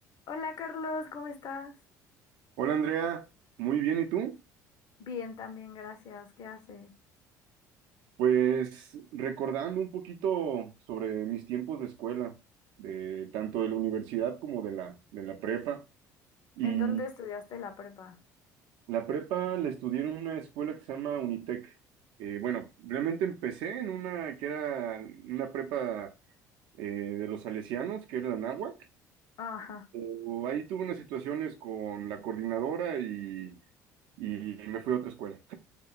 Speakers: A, on the left (about 45°); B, on the right (about 60°).
A: Hola Carlos, ¿cómo estás?
B: Hola Andrea, muy bien, ¿y tú?
A: Bien, también, gracias. ¿Qué haces?
B: Pues recordando un poquito sobre mis tiempos de escuela, de tanto de la universidad como de la, de la prepa. Y
A: ¿En dónde estudiaste la prepa?
B: la prepa la estudié en una escuela que se llama Unitec. Eh, bueno, realmente empecé en una que era una prepa eh, de los salesianos, que era la Náhuac.
A: Ajá.
B: Pero ahí tuve unas situaciones con la coordinadora y, y me fui a otra escuela.